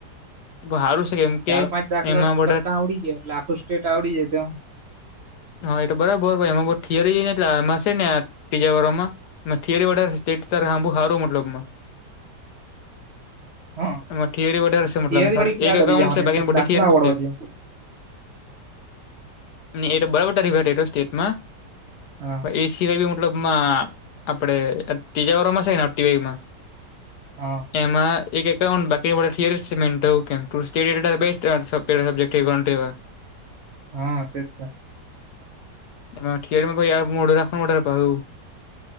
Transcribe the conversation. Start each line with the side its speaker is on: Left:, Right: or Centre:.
Left: હારું છે કેમ.
Right: ચાર
Left: કે
Right: પાંચ દાખલાખ
Left: એમાં બધા
Right: કરતાં આવડી ગાય એટલે આખું સ્ટેટ આવડી જાય તો.
Left: હા એટલે બરાબર એમાં થથીિયરી જઈ ને એટલે આમાં ને આ તીજા ઘરોમાં. મે થિયરી વડેેટંબુ હારું મતલબમાં.
Right: હ
Left: એમાં થિયરી વધારે છે મતલબ
Right: થિયરી થોડીક યાદ
Left: એક અાઉન્ટ
Right: કરી જવાની
Left: છે બાકીની બધી
Right: દાખલા
Left: થિયરી
Right: આવડવા
Left: છે.
Right: જોઈએ
Left: એ તો બરાબટા રવા સ્ટેટમાં.
Right: હા.
Left: એ સવાય બી મતલબ આપડણે ત્રીજા વારમાં છે ને ટી વાય માં.
Right: હા.
Left: એમાં એકાન્ટ બાકી બાકી બધાથી અડી છે સ્ટેટ <unintelligible> તેવા
Right: હા તેજ ત
Left: એમાં થેરીમાં કોઈ આવે મોઢ રાખ પા હું.